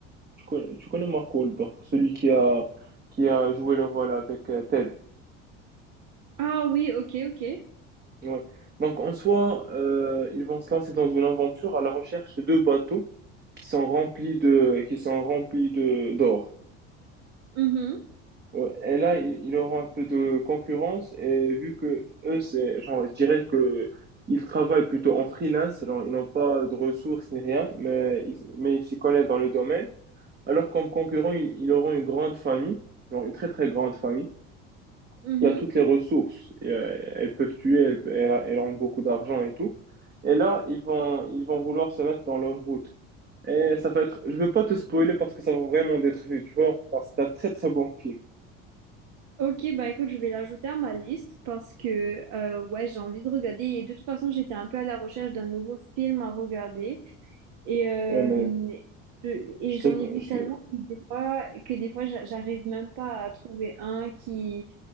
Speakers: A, on the right; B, on the right.
A: Tu connais, tu connais Mark Wahlberg, celui qui a, qui a joué le rôle avec euh, Ted.
B: Ah oui, ok, ok.
A: Ouais. Donc, en soi, euh, ils vont se lancer dans une aventure à la recherche de deux bateaux qui sont remplis de, qui sont remplis de, d'or.
B: Mhm,
A: Ouais, et là, il, il aura un peu de concurrence et vu que eux, c'est, genre, je dirais que ils travaillent plutôt en freelance, genre, ils n'ont pas de ressources ni rien, mais ils, mais ils s'y connaissent dans le domaine. Alors comme concurrent, ils, ils auront une grande famille, genre une très très grande famille,
B: mhm.
A: qui a toutes les ressources. Et, euh, elles peuvent tuer, elles, elles, elles ont beaucoup d'argent et tout. Et là, ils vont, ils vont vouloir se mettre dans leur route. Et ça va être, je veux pas te spoiler parce que ça va vraiment d'être vu, tu vois. Alors, c'est un très très bon film.
B: Ok, bah écoute, je vais l'ajouter à ma liste parce que euh, ouais, j'ai envie de regarder. Et de toute façon, j'étais un peu à la recherche d'un nouveau film à regarder. Et, euh,
A: Ouais, mais
B: je- et
A: Je te
B: j'en
A: le,
B: ai vu
A: je
B: tellement
A: te le-
B: que des fois, que des fois j'a- j'arrive même pas à trouver un qui,